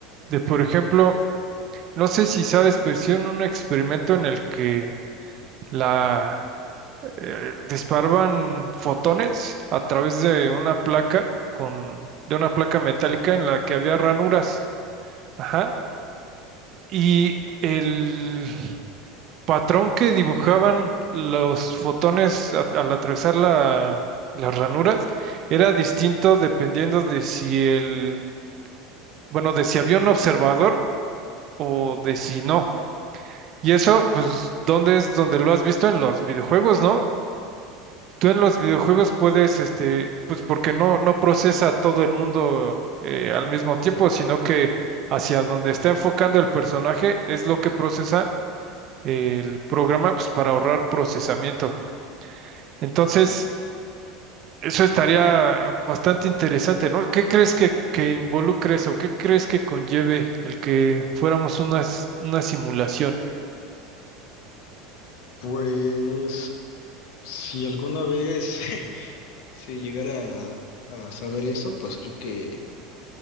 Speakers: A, on the right (about 50°); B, on the left (about 70°).
A: de, por ejemplo, no sé si sabes, pero hicieron un experimento en el que la eh, disparaban fotones a través de una placa con, de una placa metálica en la que había ranuras. Ajá. Y el patrón que dibujaban los fotones a- al atravesar la- las ranuras era distinto dependiendo de si el, bueno, de si había un observador o de si no. Y eso, pues, ¿dónde es donde lo has visto en los videojuegos, no? Tú en los videojuegos puedes, este, pues porque no, no procesa todo el mundo eh, al mismo tiempo, sino que hacia donde está enfocando el personaje es lo que procesa el programa pues, para ahorrar procesamiento. Entonces, eso estaría bastante interesante, ¿no? ¿Qué crees que, que involucre eso? ¿Qué crees que conlleve el que fuéramos una, s- una simulación?
B: Pues, si alguna vez <laughs> se llegara a a saber eso, pues creo que